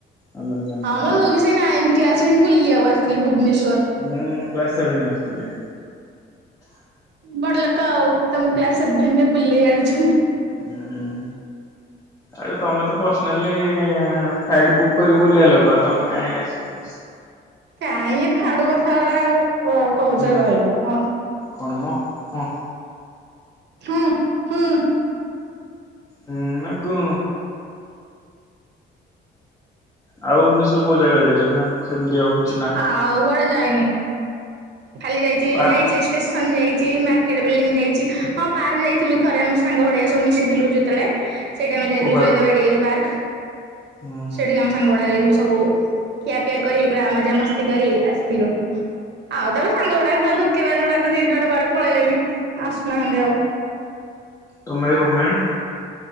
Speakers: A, on the left (about 15°); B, on the right (about 60°).
A: ନନ୍ଦନକାନନ
B: ହଁ
A: ଆକା
B: ମ ମୁଁ
A: ସବୁ
B: ବି ସେଇ ନାଇନ୍ଥ କ୍ଲାସରେ ହିଁ ବୁଲିବାକୁ ଆସିଥିଲି ଭୁବନେଶ୍ଵର।
A: ମୁଁ କ୍ଲାସ୍ ସେଭେନରେ ଆସିଥିଲି।
B: ବଡ ଲୋକ ଆଉ ତମକୁ କ୍ଲାସ୍ ସେଭେନ୍ ରେବୁଲେଇ ଆଣିଛ୍
A: ହୁଁ ହୁଁ ଆରେ ତମେ ତ ପର୍ସନାଲି ଫ୍ଲାଇଟ୍ ବୁକ୍ କରି ବୁଲିଆ ଲୋକ ଆ ତମେ କାଇଁ ଆସିବ ବସ୍ ରେ।
B: କାହିଁ ଏ ଫାଡୁ ଆ ଫାଉଡା କ କହୁଛ
A: ହୁଁ
B: କହିଲ ଅହ।
A: କଣ ମ ହଁ।
B: ହୁଁ। ହୁଁ
A: ହୁଁ ନା ଗୁଁ। ଆଉ ଭୁବନେଶ୍ୱର କୋଉ ଜାଗା ଯାଇଚ ନା ସେମିତି ଆଉ କିଛି ନାହିଁ
B: ଆଉ କୁଆଡେ ଯାଇନି ଖାଲି ଯାଇଚି
A: ପାର୍କ
B: ଯାଇଚି ଷ୍ଟେସନ୍ ଯାଇଚି ମାର୍କେଟ ବିଲ୍ଡିଙ୍ଗ୍ ଯାଇଚି ହଁ ପାର୍କ ଯାଇଥିଲୁ ଥରେ ଆମେ ସାଙ୍ଗ ଭଳିଆ ସବୁ ମିଶିଥିଲୁ ଯେତେବେଳେ। ସେଠି ଆମେ ଯାଇଥିଲୁ
A: କୋଉ ପାର୍କ?
B: ଜୟଦେବାଟିଆ ଯୋଉ ପାର୍କ
A: ହୁଁ
B: ସେଠି ଆମ୍ ସାଙ୍ଗ ଗୁଡା ଯାଇଥିଲୁ ସବୁ ଖିଆପିଆ କରି ପୁରା ମଜାମସ୍ତି କରି ଆସିଥିଲୁ। ଆଉ ତା ପରେ ବି ସାଙ୍ଗ ଗୁଡାକା ଶଳା ଧୋକେବାଜ୍ ଗୁଡା ଯେ ଯୁଆଡେ କୁଆଡେ ପଇଲେଣି ଆସୁହାନ୍ତି ଆଉ।
A: ତମେ ରୁମ୍ ମେଣ୍ଡ୍?